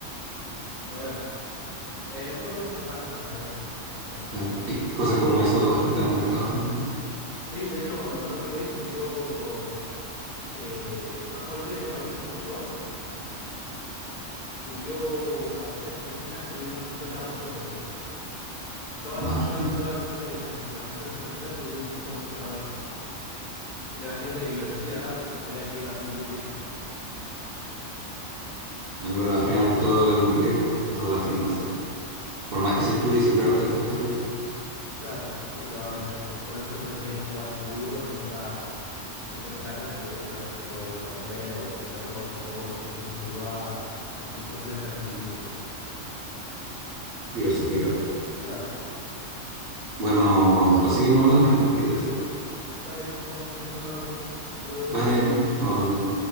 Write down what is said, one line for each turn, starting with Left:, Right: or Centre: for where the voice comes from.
Left: Pero bueno, eh, son cosas que pasan también. Pero bueno.
Right: Claro. Y cosas como eso afectan al mercado finalmente.
Left: Sí, de hecho, cuando ganó Milei subió... eh, bajó el riesgo país un montón. Subió acciones argentinas, subieron 50%, creo. Todas
Right: Vale.
Left: las, todas
Right: <laughs>
Left: las, todas las acciones de las, de las empresas argentinas subieron un 50% de valor. De la gente que invertía acá porque sabía que iba a seguir bien.
Right: Bueno, pero al final todo es un riesgo, toda
Left: Sí.
Right: la finanza. Por más que se estudie, siempre va a estar el factor riesgo.
Left: Claro, siempre va a haber un riesgo. Por eso siempre se tiene que jugar seguro y nunca meter plata que sabes que puedes perder o meter todos tus ahorros en un mismo lugar. O así, siempre estar dividido.
Right: Diversificar.
Left: Claro.
Right: Bueno, después seguimos hablando, <laughs> tengo que ir a hacer algo.
Left: Dale, bueno, entonces después nos vemos. Hasta luego.
Right: Vale, estamos hablando.